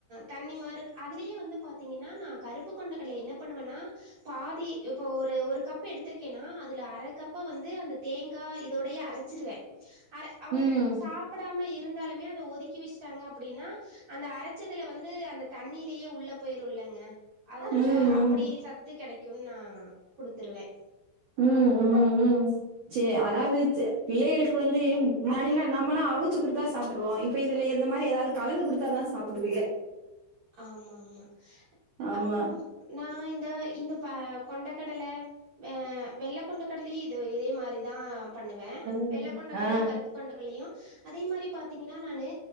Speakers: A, on the right (about 60°); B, on the right (about 80°).
A: தண்ணி மாரி அதுலயே வந்து பாத்தீங்கன்னா நா கருப்பு கொண்ட கடலய என்ன பண்ணுவேன்னா பாதி இப்ப ஒரு ஒரு கப்பு எடுத்திருக்கேன்னா அதுல அரைக்கப்ப வந்து அந்த தேங்க் கா இதோடையே அரச்சிருவே அர அவங்க
B: ம்
A: சாப்பிடாம இருந்தாலுமே அத ஒதுக்கி வச்சுட்டாங்க அப்படின்னா அந்த அரச்சதுல வந்து அந்த தண்ணிலயே உள்ள போயிருல்லங்க அதனால
B: ம்
A: அப்படி சத் த்து கெடைக்குன்னு நா குடுத்துருவே
B: ம் ம் ம் சரி அதாவது பிள்ளைகளுக்கு வந்து முன்னாடில்லாம் நம்மளாம் அவிச்சு குடுத்தா சாப் ருவோ இப்ப இதுல இந்தமாரி ஏதாவது கலந்து குடுத்தாதா சாப்பிடுதுங்க
A: ஆமா ஆமா
B: ஆமா
A: அப்பறோ நா இந்த இந்த ப கொண்ட கடல ஆ வெள்ள கொண்ட கடலயும் இது இதே மாரிதா பண்ணுவே
B: ம்
A: வெள்ள கொண்டகல்லயு
B: ஆ
A: கருப்பு கொண்டகல்லயு அதே மாரி பாத்தீங்கன்னா நானு